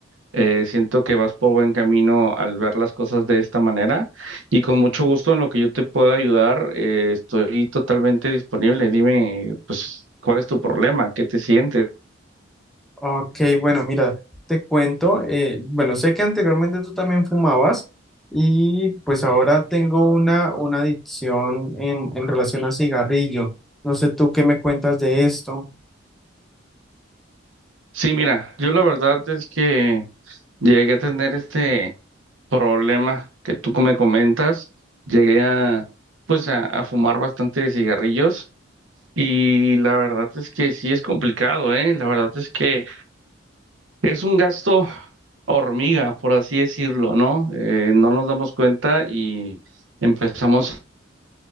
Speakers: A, on the right; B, in the centre.
A: eh, siento que vas por buen camino al ver las cosas de esta manera y con mucho gusto en lo que yo te pueda ayudar, eh, estoy totalmente disponible. Dime, pues, ¿cuál es tu problema? ¿Qué te sientes?
B: Ok, bueno, mira, te cuento, eh, bueno, sé que anteriormente tú también fumabas y pues ahora tengo una, una adicción en, en relación al cigarrillo. No sé tú qué me cuentas de esto.
A: Sí, mira, yo la verdad es que llegué a tener este... Problema que tú me comentas, llegué a, pues a, a fumar bastante cigarrillos y la verdad es que sí es complicado, ¿eh? La verdad es que es un gasto hormiga, por así decirlo, ¿no? Eh, no nos damos cuenta y empezamos